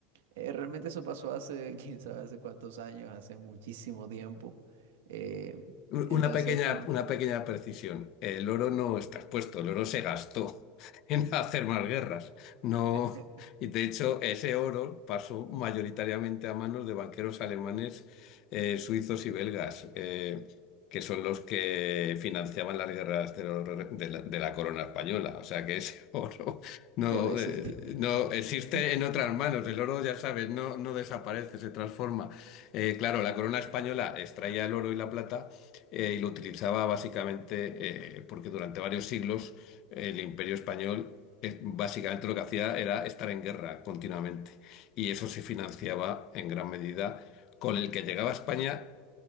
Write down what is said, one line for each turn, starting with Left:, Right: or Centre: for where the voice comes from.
Right: eh, realmente eso pasó hace, <laughs> quién sabe, hace cuántos años, hace muchísimo tiempo. Eh, entonces,
Left: Una pequeña,
Right: no,
Left: una pequeña precisión. El oro no está expuesto, el oro se gastó <laughs> en hacer más guerras. No,
Right: <laughs>
Left: y de hecho, ese oro pasó mayoritariamente a manos de banqueros alemanes, eh, suizos y belgas, eh, que son los que financiaban las guerras de, los re- de la, de la corona española. O sea que ese <laughs> oro no,
Right: ya no existe.
Left: eh, no existe
Right: <laughs>
Left: en otras manos. El oro, ya sabes, no, no desaparece, se transforma. Eh, claro, la corona española extraía el oro y la plata eh, y lo utilizaba básicamente eh, porque durante varios siglos eh, el imperio español eh, básicamente lo que hacía era estar en guerra continuamente y eso se financiaba en gran medida con el que llegaba a España